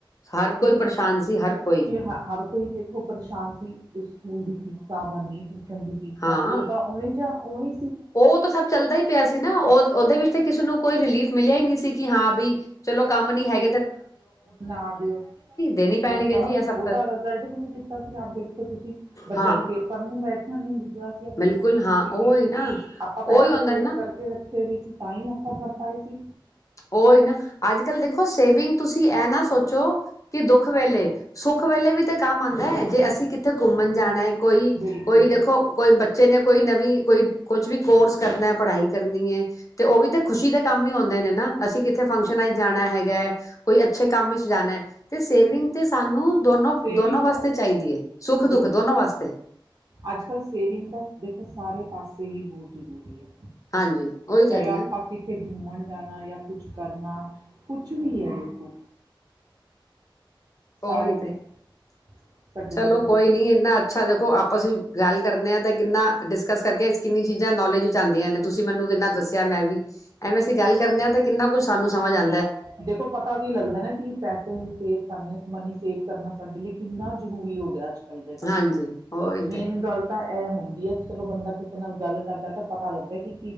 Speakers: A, on the left (about 40°); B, on the right (about 45°).
A: ਹਰ
B: ਕਿੰਨੇ
A: ਕੋਈ ਪਰੇਸ਼ਾਨ ਸੀ ਹਰ ਕੋ
B: ਕਿ ਹ ਹਰ ਕੋਈ ਦੇਖੋ <inaudible> ਸਕੂਲ ਦੀ ਫ਼ੀਸਾਂ ਬਰਨੀ ਟਿਊਸ਼ਨ ਦੀ ਫੀਸਾਂ
A: ਹਾਂ
B: ਉਹ ਤਾਂ ਓਵੇਂ ਜਾ ਓਹੀ
A: ਉਹ ਤਾਂ ਸਭ ਚੱਲਦਾ ਹੀ ਪਿਆ ਸੀ ਨਾ ਉਹ ਉਹਦੇ ਵਿੱਚ ਤੇ ਕਿਸੇ ਨੂੰ ਕੋਈ ਰਿਲੀਫ ਮਿਲਿਆ ਹੀ ਨਹੀਂ ਸੀ ਕੀ ਹਾਂ ਬੀ ਚਲੋ ਕੰਮ ਨੀ ਹੈ
B: ਨਾ ਦਿਓ
A: ਦੇਣੀ ਪੈਣਗੇ
B: ਉਹ ਤਾਂ
A: ਜੀ ਇਹ ਸਭ
B: ਉਹ ਤਾਂ ਰਿਜਲਟ ਵੀ ਨੀ ਦਿੱਤਾ ਸੀ ਆਪ ਦੇਖੋ ਤੁਸੀਂ ਬੱਚਿਆਂ
A: ਹਾਂ
B: ਨੂੰ ਪੇਪਰ ਨੂੰ ਬੈਠਣ ਨੀ ਦਿੱਤਾ ਅਗਰ
A: ਬਿਲਕੁਲ
B: ਤੁਸੀਂ ਸਕੂਲ
A: ਹਾਂ
B: ਦੀ ਫੀਸ
A: ਉਹੀ ਨਾ
B: ਆਪਾਂ
A: ਉਹੀ
B: ਪੈਸੇ
A: ਹੁੰਦਾ
B: ਸੇਵ
A: ਨਾ
B: ਕਰਕੇ ਰੱਖੇ <unintelligible> ਵੀ ਸੀ ਤਾਂ ਹੀ ਆਪਾਂ ਕਰ ਪਾਏ ਸੀ
A: ਉਹਹੀ ਨਾ ਅੱਜ ਕੱਲ੍ਹ ਦੇਖੋ ਸੇਵਿੰਗ ਤੁਸੀਂ ਇਹ ਨਾ ਸੋਚੋ ਕਿ ਦੋ ਸੁੱਖ ਵੇਲੇ ਸੁੱਖ ਵੇਲੇ ਵੀ ਤਾਂ ਕੰਮ ਆਉਂਦਾ ਹੈ ਜੇ ਅਸੀਂ ਕੀ ਉੱਥੇ ਘੁੰਮਣ ਜਾਣਾ ਕੋਈ-ਕੋਈ
B: ਬਿਲਕੁਲ
A: ਦੇਖੋ ਕੋਈ ਬੱਚੇ ਨੇ ਕੋਈ ਨਵੀਂ ਕੋਈ ਕੁਛ ਵੀ ਕੋਰਸ ਕਰਨਾ ਐ ਪੜ੍ਹਾਈ ਕਰਨੀ ਐ ਤੇ ਉਹ ਵੀ ਤਾਂ ਖੁਸ਼ੀ ਦੇ ਕੰਮ ਹੀ ਆਉਂਦੇ ਨੇ ਨਾ ਅਸੀਂ ਕਿੱਥੇ ਫੰਕਸ਼ਨਾਂ ਵਿੱਚ ਜਾਣਾ ਹੈਗਾ ਕੋਈ ਅੱਛੇ ਕੰਮ ਵਿੱਚ ਜਾਣਾ ਤੇ ਸੇਵਿੰਗ ਤੇ ਸਾਨੂੰ ਦੋਨੋ
B: ਸੇਵਿੰਗ
A: ਦੋਨੋ ਵਾਸਤੇ
B: ਤਾਂ
A: ਚਾਹੀਦੀ ਐ ਸੁੱਖ
B: ਬਿਲਕੁਲ
A: ਦੁੱਖ ਦੋਨੋ ਵਾਸਤੇ
B: ਅੱਜ ਕੱਲ੍ਹ ਸੇਵਿੰਗ ਤਾਂ ਦੇਖੋ ਸਾਰੇ ਪਾਸੇ ਹੀ ਬਹੁਤ ਜ਼ਰੂਰੀ ਐ
A: ਹਾਂਜੀ ਉਹੀ
B: ਚਾਹੇ
A: ਕਹਿ ਰਹੀ
B: ਆਪਾਂ
A: ਹਾਂ
B: ਕਿੱਥੇ ਘੁੰਮਣ ਜਾਣਾ ਜਾਂ ਕੁੱਛ ਕਰਨਾ ਕੁੱਛ ਵੀ ਹੈ ਦੇਖੋ
A: ਓਹੀ
B: ਸਾਰੇ ਪਾਸੇ
A: ਤੇ
B: ਸਾਡੇ
A: ਚਲੋ
B: ਲਈ
A: ਕੋਈ ਨੀ ਇਨਾਂ ਅੱਛਾ ਦੇਖੋ ਆਪਸ ਗੱਲ ਕਰਦੇ ਆ ਤੇ ਕਿੰਨਾ ਡਿਸਕਸ ਕਰ ਕਿੰਨੀਆਂ ਚੀਜ਼ਾਂ ਨੌਲੇਜ ਚ ਆਂਦੀਆਂ ਨੇ ਤੁਸੀਂ ਮੈਨੂੰ ਕਿੰਨਾ ਦੱਸਿਆ ਮੈਂ ਵੀ ਐਵੇਂ ਅਸੀਂ ਗੱਲ ਕਰਨੇ ਆ ਤਾਂ ਕਿੰਨਾ ਕੁਛ ਸਾਨੂੰ ਸਮਝ ਆਂ
B: ਦੇਖੋ ਪਤਾ ਵੀ ਲੱਗਦਾ ਨਾ ਕਿ ਪੈਸੇ ਸੇਫ ਕਰਨੇ ਮਨੀ ਸੇਵ ਕਰਨਾ ਸਾਡੇ ਲਈ ਕਿੰਨਾ ਜ਼ਰੂਰੀ ਹੋ ਗਿਆ ਅੱਜ ਕੱਲ ਦੇ ਟਮ
A: ਹਾਂਜੀ
B: ਚ
A: ਉਹੀ
B: ਮੇਨ
A: ਤੇ
B: ਗੱਲ ਤਾਂ ਇਹ ਹੁੰਦੀ ਹੈ ਚਲੋ ਬੰਦਾ ਕਿਸੇ ਨਾਲ ਗੱਲ ਕਰਦਾ ਤਾਂ ਪਤਾ ਲੱਗਦਾ ਕਿ